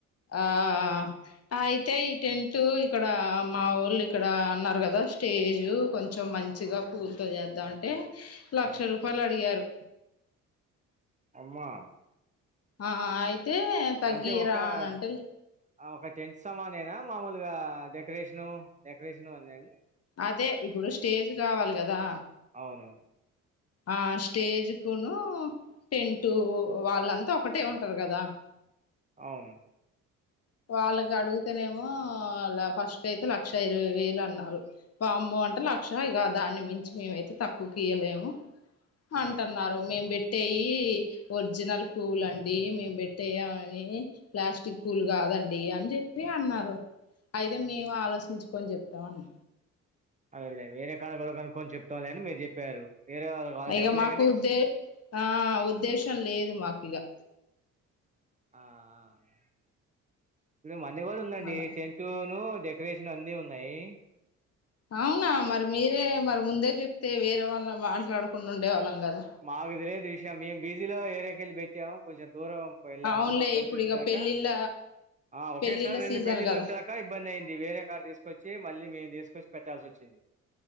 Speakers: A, on the left (about 40°); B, on the right (about 20°).
A: ఆఆఆ అయితే ఈ టెంటు ఇక్కడ మా వోళ్ళు ఇక్కడ అన్నారు కదా స్టేజు కొంచెం మంచిగా పూలతో చేద్దామంటే లక్ష
B: ఆ
A: రూపాయలు అడిగారు.
B: అమ్మా
A: ఆఆ అయితే తగ్గియరా
B: అంటే ఒక
A: అని అంటే లే
B: ఆ ఒక టెంట్ సామానేనా మామూలుగా డెకరేషను డెకరేషన్ అన్ని ఆ అండి.
A: అదే ఇప్పుడు స్టేజ్ కావాలి కదా.
B: అవును
A: ఆ స్టేజ్‌కును టెంటు వాళ్ళంతా ఒకటే ఉంటారు కదా.
B: అవును
A: వాళ్ళకి అడుగుతేనేమో ఫస్ట్ అయితే లక్ష ఇరవై వేలు అన్నారు వామ్మో అంటే లక్ష ఇక దాన్ని మించి మేమైతే తక్కువకియలేము
B: ఆ
A: అంటన్నారు మేం పెట్టేయి ఒరిజినల్ పూలు అండి. మేము పెట్టేయి అని ప్లాస్టిక్ పూల్ గాదండి అని చెప్పి అన్నారు అయితే మేము ఆలోచించుకొని జెప్తాం అన్న
B: అదేలే వేరేకాడ కూడా కనుకొని చెప్తాంలే అని మీరు చెప్పారు వేరే వాళ్ళకి వాళ్ళు
A: ఇక
B: చెప్పలే
A: మాకు
B: గాని.
A: ఉద్దే ఆ ఉద్దేశం లేదు మాకిగా.
B: ఆఆ ఇప్పుడు మన్ని కూడా ఉందండి
A: అలా
B: టెంటట్ను డెకరేషన్ అన్ని ఉన్నాయి.
A: అవునా మరి మీరే మరి ముందే చెప్తే వేరే వాళ్ళ మాట్లాడకుండా ఉండేవాళ్ళం కదా
B: మాకు తెలిదు విషయం మేము బీజీలో ఏరేక వెళ్ళి పెట్టాము కొంచెం దూరం ఓప్ ఏళ్ళాము
A: అవునులే
B: అక్కడ
A: ఇప్పుడు
B: నుంచి వచ్చినకా
A: ఇక పెళ్ళిళ్ళ
B: ఆ ఒకేసారి
A: పెళ్ళిళ్ళ
B: రెండు
A: సీజన్
B: పెళ్ళిళ్ళ
A: కదా
B: వచ్చాక ఇబ్బంది అయింది వేరే కారు తీసుకొచ్చి మళ్ళీ మేము తీసుకొచ్చి పెట్టాల్సి వచ్చింది